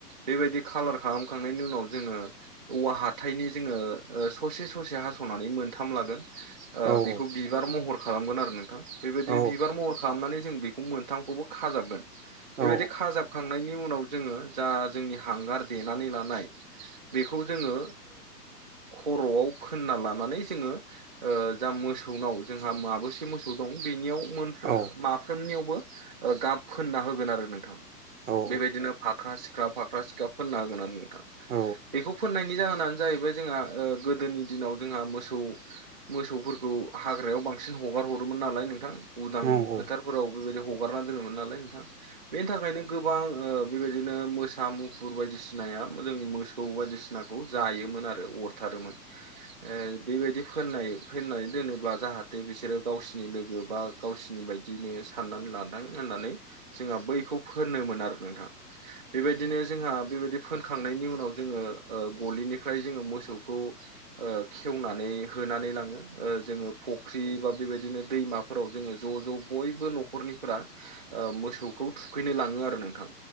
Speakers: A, on the right; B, on the right.
A: बेबायदि कालार खालामखांनायनि उनाव जोङो। औवा हाथाइनि जोङो ससे ससे हास'नानै मोनथाम लागोन। बेखौ
B: औ उम
A: बिबार महर खालामगोन आरो नोंथां बेबायदिनो
B: औ
A: बिबार महर खालामनानै जों बेखौ। मोनथाखौबो खाजाबगोन बेबायदि
B: औ
A: खाजाब खांनायनि नि उनाव जोङो जा जोंनि हांगार देनानै लानाय। बेखौ जोङो खर'आव फोननानै लानानै जोङो। जा मोसौनाव जोंहा माबोसे मोसौ दं बेनियाव।
B: औ
A: माफ्रोमनियावबो गाब फोनना होगोन आरो नोंथां
B: औ
A: बेबायदिनो फाख्रा सिख। सिख्रा फाख्रा फोनना होगोन आरो नोंथां
B: औ
A: बेखौ फोननायनि जाहोनानो जाहैबाय। जोंहा गोदोनि दिनाव जोंहा मोसौ। मोसौफोरखौ हाग्रायाव बांसिन हगार हरोमोन नालाय नोंथां। उदां
B: उम औ
A: फोथारफोराव बेबायदि हगारना दोनोमोन नालाय नोंथां बेनि थाखायनो। गोबां बेबायदिनो मोसा मुफुर बायदिसिनाया जोंनि मोसौ बायदिसिना। सिनाखौ जायोमोन आरो अरथारोमोन ओ बेबायदि फोननाय फैनानै दोनोब्ला जाहाथे बिसोरो गावसिनि लोगो बा गावसिनि बायदि बिदिनो साननानै लादों होननानै जोंहा बैखौ फोनो मोन आरो नोंथां बेबायदिनो जोंहा बेबायदि फोनखांनायनि उनाव जोङो ओ गलिनिफ्राय जोङो मोसौखौ ओ खेवनानै होनानै लाङो ओ जोङो फुख्रि बा बेबायदिनो दैमा फोराव जोङो ज' ज' बयबो न'खरनिफोरा ओ मोसौखौ थुखैनो लाङो आरो नोंथां।